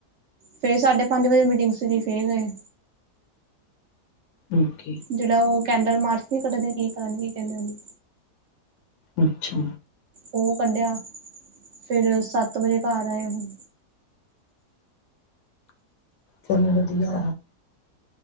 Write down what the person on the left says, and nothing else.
ਓਕੇ।
ਅੱਛਾ।
ਚੱਲ ਵਧੀਆ।